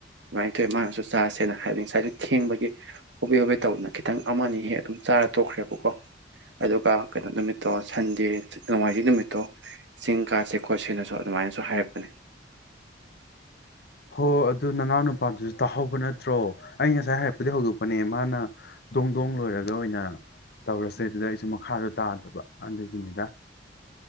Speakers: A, on the right; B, on the left.
A: ꯑꯗꯨꯃꯥꯏꯅ ꯇꯧꯋꯦ ꯃꯥꯅꯁꯨ ꯆꯥꯁꯦꯅ ꯍꯥꯏꯕꯅꯤ ꯉꯁꯥꯏꯗ ꯊꯦꯡꯕꯒꯤ ꯍꯣꯕꯦ ꯍꯣꯕꯦ ꯇꯧꯗꯅ ꯈꯤꯇꯪ ꯑꯃ ꯑꯅꯤ ꯍꯦꯛ ꯑꯗꯨꯝ ꯆꯥꯔ ꯇꯣꯛꯈ꯭ꯔꯦꯕꯀꯣ ꯑꯗꯨꯒ ꯀꯩꯅꯣ ꯅꯨꯃꯤꯠꯇꯣ ꯁꯟꯗꯦ ꯅꯣꯡꯃꯥꯏꯖꯤꯡ ꯅꯨꯃꯤꯠꯇꯣ ꯆꯤꯡ ꯀꯥꯁꯦ ꯈꯣꯠꯁꯦꯅꯁꯨ ꯑꯗꯨꯃꯥꯏꯅꯁꯨ ꯍꯥꯏꯔꯛꯄꯅꯦ
B: ꯍꯣ ꯑꯗꯨ ꯅꯅꯥꯎ ꯅꯨꯄꯥꯜꯁꯨ ꯇꯥꯍꯧꯕ ꯅꯠꯇ꯭ꯔꯣ ꯑꯩ ꯉꯁꯥꯏ ꯍꯥꯏꯔꯛꯄꯗꯤ ꯍꯧꯗꯣꯛꯄꯅꯦ ꯃꯥꯅ ꯗꯣꯡ ꯗꯣꯡ ꯂꯣꯏꯔꯒ ꯑꯣꯏꯅ ꯇꯧꯔꯁꯦ ꯑꯗꯨꯗ ꯁ ꯃꯈꯥꯗꯣ ꯇꯥꯗꯕ ꯑꯗꯨꯒꯤꯅꯤꯗ